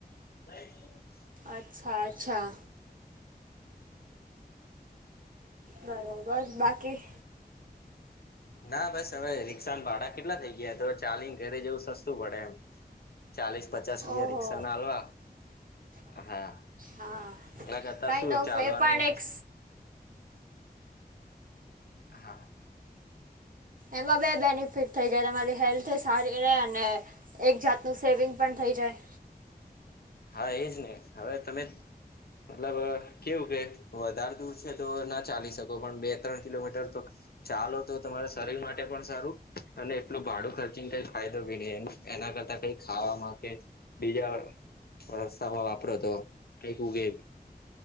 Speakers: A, on the left (about 70°); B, on the right (about 55°).
A: <inaudible>
B: અચ્છા અચ્છા. બરોબર બાકી?
A: ના બસ હવે રિક્ષાન ભાડા કેટલા થઈ ગયા તો ચાલીને ઘરે જવું સસ્તું પડે એમ. ચાલીસ પચાસ રૂપિયા
B: ઓહો
A: રિક્ષાના આલવા હા
B: હા
A: એના કરતા
B: કાઇન્ડ
A: શું
B: ઓફ
A: ચાલવાનું.
B: એ પણ એક
A: હા
B: એમાં બે બેનિફિટ થઈ જાય તમારી હેલ્થે સારી રે અને એક જાતનું સેવિંગ પણ થઈ જાય.
A: હા એજ ને હવે તમે મતલબ કેવું કે વધાર દૂર છે તો ના ચાલી શકો પણ બે ત્રણ કિલોમીટર તો ચાલો તો તમારા શરીર માટે પણ સારું અને એટલું ભાડું ખર્ચીને કઈ ફાયદો ભી નહી એનું એના કરતા કઈ ખાવામાં કે બીજા રસ્તામાં વાપરો તો કંઈક ઉગે.